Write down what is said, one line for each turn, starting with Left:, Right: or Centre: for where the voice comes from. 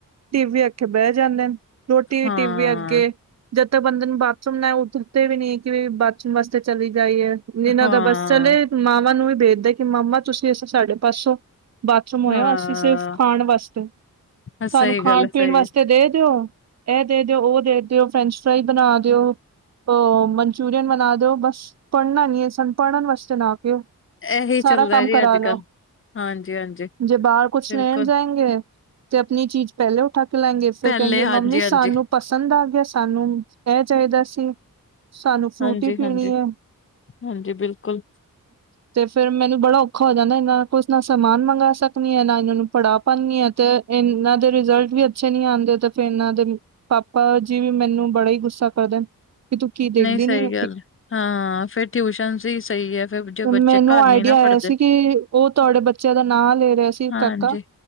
Right: ਟੀ ਵੀ ਆਖੇ ਬਹਿ ਜਾਂਦੇ ਨੇ ਰੋਟੀ
Left: ਹਾਂ
Right: ਟੀ ਵੀ ਅੱਗੇ ਜਦ ਤੱਕ ਬੰਦੇ ਨੂੰ ਬਾਥਰੂਮ ਨਾ ਆਏ ਉੱਠ ਤੇ ਵੀ ਨੀ ਕਿ ਬਾਚਣ ਵਾਸਤੇ ਚਲੀ ਜਾਈਏ ਜਨਾਂ
Left: ਹਾਂ
Right: ਦਾ ਬੱਸ ਚਲੇ ਮਾਾਮਾ ਨੂੰ ਵੀ ਵੇਖਦੇ ਕਿ ਮਾਮਾ ਤੁਸੀਂ ਅਂ ਸਾਢੇ ਪਾਸੋਂ ਬਾਥਰੂਮ ਹੋਇਆਓ
Left: ਹਾਂ
Right: ਅਸੀਂ ਸਿਰਫ਼ ਖਾਣ ਵਾਸਤੇ
Left: ਸਹੀ
Right: ਸਾਨੂੰ ਖਾਣ
Left: ਗੱਲ ਹੈ
Right: ਪੀਣ
Left: ਸਹੀ
Right: ਵਾਸਤੇ ਦੇ ਦਿਓ ਇਹ ਦੇ ਦਿਓ ਉਹ ਦੇ ਦਿਓ ਫਰੈਂਚ ਫਰਾਈ ਬਣਾ ਦਿਓ ਉਹ ਮਨਚੂਰੀਅਨ ਬਣਾ ਦਿਓ ਬਸ ਪੜ੍ਹਨਾ ਨੀ ਹੈ ਸਨੂੰ ਪੜ੍ਹਨ ਵਾਸਤੇ ਨਾ ਕੇਓ
Left: ਇਹੀ
Right: ਸਾਰਾ
Left: ਚੱਲਦਾ
Right: ਕੰਮ
Left: ਜੀ
Right: ਕਰਾ
Left: ਅੱਜ
Right: ਲੋੋ
Left: ਕੱਲ ਹਾਂਜੀ ਹਾਂਜੀ
Right: ਜੇ ਬਾਹਰ ਕੁਛ
Left: ਬਿਲਕੁਲ
Right: ਲੈਣ ਜਾਏਂਗੇ ਤੇ ਆਪਣੀ ਚੀਜ਼ ਪਹਿਲੇ ਉਠਾ ਕੇ ਲੈਗੇ ਫੇਿਰ
Left: ਪਹਿਲੇ
Right: ਕਹਿੰਗੇ
Left: ਹਾਂਜੀ
Right: ਮੰਮੀ
Left: ਹਾਂਜੀ
Right: ਸਾਨੂੰ ਪਸੰਦ ਆ ਗਿਆ ਸਾਨੂੰ ਇਹ ਚਾਹੀਦਾ ਸੀ ਸਾਨੂੰ ਫਰੂਟੀ
Left: ਹਾਂਜੀ
Right: ਪੀਣੀ
Left: ਹਾਂਜੀ
Right: ਹੈ
Left: ਹਾਂਜੀ ਬਿਲਕੁਲ
Right: ਤੇ ਫੇਿਰ ਮੈਨੂੰ ਬੜਾ ਔਖਾ ਹੋ ਜਾਂਦਾ ਇਹਨਾਂ ਕੁਛ ਨਾ ਸਮਾਨ ਮੰਗਾ ਸਕਣੀ ਹੈ ਨਾ ਇਹਨਾਂ ਨੂੰ ਪੜ੍ਹਾ ਪਾਉਂਦੀ ਹਾਂ ਤੇ ਇਹਨਾਂ ਦੇ ਰਿਜ਼ਲਟ ਵੀ ਅੱਛੇ ਨੀ ਆਉਂਦੇ ਤੇ ਫਰ ਇਹਨਾਂ ਦੇ ਪਾਪਾ ਜੀ ਵੀ ਮੈਨੂੰ ਬੜਾ ਹੀ ਗੁੱਸਾ ਕਰਦੇ ਨੇ ਕਿ ਤੂੰ ਕੀ ਦੇਖਦੀ
Left: ਨਹੀਂ ਸਹੀ
Right: ਨੀ ਹੈਗੀ
Left: ਗੱਲ ਹਾਂ ਫੇਿਰ ਟਿਊਸ਼ਨ ਹੀ ਸਹੀ ਹੈ ਫੇਰ ਜ ਬੱਚੇ
Right: ਮੈਨੂੰ
Left: ਘਰ
Right: ਆਈਡੀਆ
Left: ਨੀ ਨਾ
Right: ਆਇਆ
Left: ਪੜ੍ਹਦੇ
Right: ਸੀ ਕਿ ਉਹ ਤੁਹਾਡੇ ਬੱਚਿਆਂ ਦਾ ਨਾਂ ਲੈ ਰਿਹਾ ਸੀ
Left: ਹਾਂਜੀ,
Right: ਕਾਕਾ